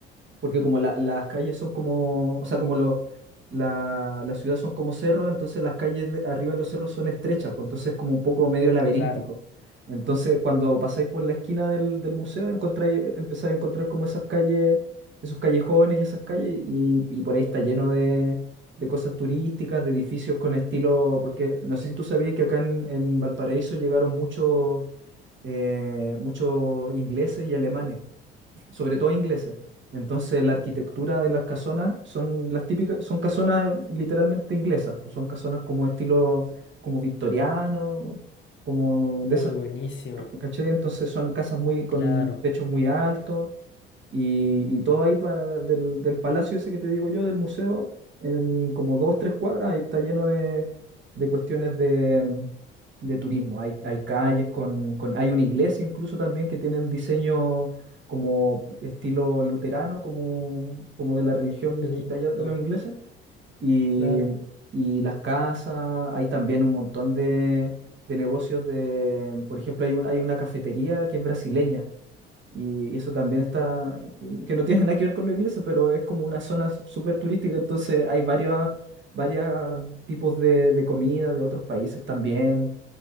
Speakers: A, on the right; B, on the left.
A: porque como la- las calles son como, o sea, como lo, la, la ciudad son como cerros, entonces las calles de arriba de los cerros son estrechas, pues entonces es como un poco medio laberíntico.
B: Claro.
A: Entonces, cuando pasáis por la esquina del, del museo, encontráis, empezáis a encontrar como esas calles, esos callejones y esas calles, y, y por ahí está lleno de, de cosas turísticas, de edificios con estilo, porque no sé si tú sabías que acá en, en Valparaíso llegaron muchos eh, muchos ingleses y alemanes sobre todo ingleses. Entonces, la arquitectura de las casonas son las típicas, son casonas eh, literalmente inglesas, son casonas como estilo como victoriano, como de
B: Uy,
A: esas,
B: buenísima.
A: ¿cachai? Entonces son casas muy con
B: Claro.
A: techos muy altos, y, y todo ahí para, del, del palacio ese que te digo yo, del museo, en como dos, tres cuadras, ahí está lleno de, de cuestiones de, mm, de turismo. Hay, hay calles con, con, hay una iglesia incluso también que tienen diseño como estilo luterano, como, como de la religión
B: Qué lindo.
A: de allá de los ingleses. Y,
B: Claro.
A: y las casas, hay también un montón de, de negocios de, por ejemplo, hay un, hay una cafetería que es brasileña y eso también está, que no tiene nada que ver con lo inglés pero es como una zona s- súper turística, entonces hay varios, varios tipos de, de comida de otros países también.